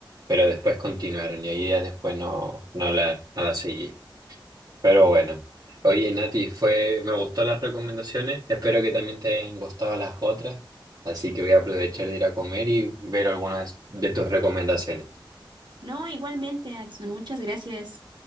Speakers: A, on the right (about 50°); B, on the right (about 65°).
A: pero después continuaron y ahí ya después no, no la, no la seguí. Pero bueno, oye Nati, fue, me gustó las recomendaciones, espero que también te hayan gustado las otras, así que voy a aprovechar de ir a comer y ver algunas de tus recomendaciones.
B: no, igualmente, Adson, muchas gracias.